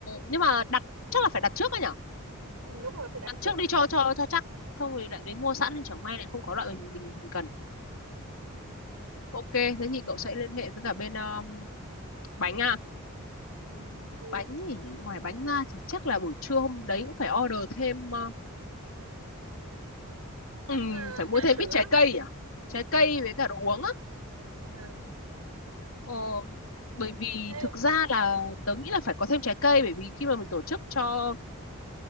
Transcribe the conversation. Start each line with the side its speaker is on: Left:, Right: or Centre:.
Left: nhưng mà đặt chắc là phải đặt trước á nhở
Right: ừ, đúng rồi phải đặt
Left: đặt trước
Right: trước
Left: đi cho cho cho chắc không thì lại đến mua sẵn thì chẳng may lại không có loại mình mình, mình cần
Right: Ừ.
Left: ok thế thì cậu sẽ liên hệ với cả bên ờ, bánh à
Right: Ừ, ok.
Left: bánh thì ngoài bánh ra thì chắc là buổi trưa hôm đấy cũng phải order thêm ờ, ừm,
Right: chắc ờ,
Left: phải mua
Right: trà
Left: thêm
Right: sữa
Left: ít trái
Right: không
Left: cây à trái cây
Right: à,
Left: với cả đồ uống á
Right: À,
Left: ờ, bởi vì
Right: thế,
Left: thực ra là tớ nghĩ là phải có thêm trái cây bởi vì khi mà mình tổ chức cho